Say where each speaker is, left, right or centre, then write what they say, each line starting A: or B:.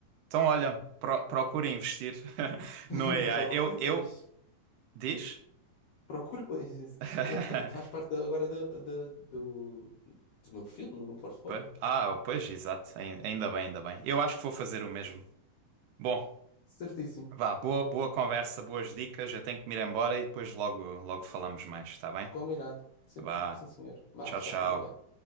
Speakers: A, on the right (about 85°); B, on the left (about 70°).
A: Então, olha, pro, procura investir <laughs>
B: <laughs>
A: no AI.
B: Procure,
A: Eu,
B: pois.
A: eu. Diz?
B: Procure, pois.
A: <laughs>
B: Pronto, faz parte agora do, do, do, do meu perfil, do meu portfólio.
A: Pois- Ah, pois, exato. Ain- Ainda bem, ainda bem. Eu acho que vou fazer o mesmo. Bom,
B: Certíssimo.
A: vá, boa, boa conversa, boas dicas. Eu tenho que me ir embora e depois logo, logo falamos mais, está bem?
B: Combinado. Sim,
A: Vá,
B: sim, senhor. Vá,
A: tchau,
B: tchau,
A: tchau.
B: fica bem.